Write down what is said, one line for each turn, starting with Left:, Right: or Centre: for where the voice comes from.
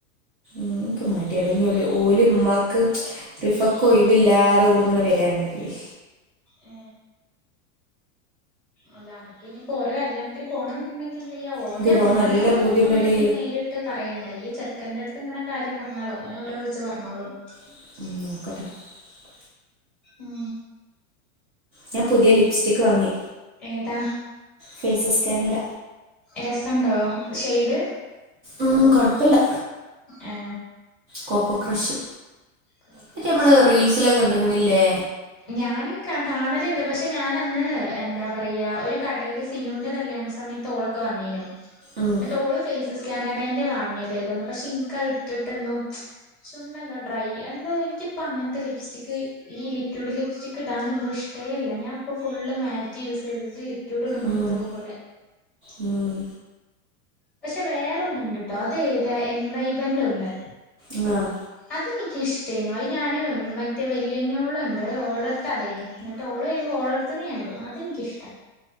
Right: എങ്ങക്ക് മട്ടിയ അടഞ്ഞ ഓല ഉമാക്ക് റിഫക്ക് ഒയവില്ലാതെ ഓള ഇങ്ങനെ വരണേ <unintelligible>
Centre: ഏ അല്ല അനക്ക് ഇനിപ്പോ ഓര കല്യാണത്തിന് പോണംന്നുണ്ടെങ്കിൽ ചെയ്യ ഓന്റെ
Right: എനിക്ക് പോകാൻ
Centre: ഉമ്മനോടും
Right: നല്ല പൂതിണ്ടടി
Centre: ഒന്നും നേരിട്ട് പറയണ്ട ഈ ച മക്കന്റെ അടുത്ത് ഇങ്ങനെ കാര്യം പറഞ്ഞാലോ ഓന ഓരോ വിളിച്ച് പറഞ്ഞോളും
Right: <unintelligible>
Centre: ഉം
Right: ഞാൻ പുതിയ ലിപ്സ്റ്റിക്ക് വാങ്ങി
Centre: ഏതാ
Right: ഫേസസ് കാനഡ
Centre: രസണ്ടോ ഷെയ്ഡ്
Right: ഉം കുഴപ്പില്ല
Centre: ആ
Right: കോക്കോ ക്രഷ്
Centre: കോക്ക
Right: മറ്റേ
Centre: ക്രഷ്
Right: നമ്മള്
Centre: എത്രായി
Right: റീൽസിലൊക്കെ കണ്ട്ക്കണില്ലേ
Centre: ഞാന് കാ കാണലുണ്ട് പക്ഷെ ഞാനന്ന് എന്താ പറയാ യാ ഒര് കടയില് സിനൂന്റ കല്യാണസമയത്ത് ഓളക്ക വന്നേനു
Right: ഉം
Centre: ട്ട് ഓള് ഫെയിസസ് കാനഡാൻറെ വാങ്ങിയത് പക്ഷെ ഇനിക്ക് ഇട്ടിട്ട് എന്തോ ചുണ്ടന്തോ ഡ്രൈ എന്തോ എനിക്കിപ്പോ അങ്ങനത്തെ ലിപ്സ്റ്റിക് ഈ ലിക്വിഡ് ലിപ്സ്റ്റിക്ക് ഇടാൻ എന്തോ ഇഷ്ടേല്ല ഞാൻ ഇപ്പോ ഫു ള്ള് മാറ്റ് യൂസ് ചെയ്തിട്ട് ലിക്വിഡ് ഇടമ്പോ
Right: ഉം
Centre: എന്തോ പോലെ
Right: ഉം
Centre: പക്ഷെ വേറൊന്നണ്ട് ട്ടോ അതേത എൻവൈമെന്റ് ഒന്ന്
Right: ഉം ആഹ്
Centre: അതെനിക്ക്ഷ്ടേനു അത് ഞാന് മറ്റേ വല്യഞ്ഞോളുണ്ട് ഓളട്ത്താതേനു. എന്നിട്ട് ഓ ള് വരുമ്പോ ഓളട്ത്ത്ന് ഞായിടും അതെനിക്കഷ്ട